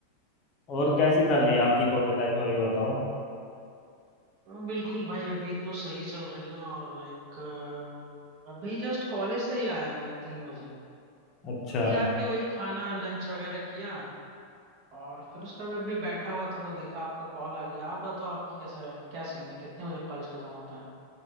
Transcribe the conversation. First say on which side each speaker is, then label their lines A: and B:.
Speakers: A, on the left; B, on the right.
A: और कैसी चल रही है आपकी कॉलेज लाइफ अभी बताओ
B: बिल्कुल भाई अभी तो सही चल रही है और लाइक अभी जस्ट कॉलेज से ही आया हूँ मैं तीन बजे
A: अच्छा
B: अभी आके वही खाना लंच वगैरह किया और फिर उसका भी अभी बैठा हुआ था तो देखा आपका कॉल आ गया आप बताओ आपकी कैसा क्या सीन है कितने बजे कॉलेज खत्म होता है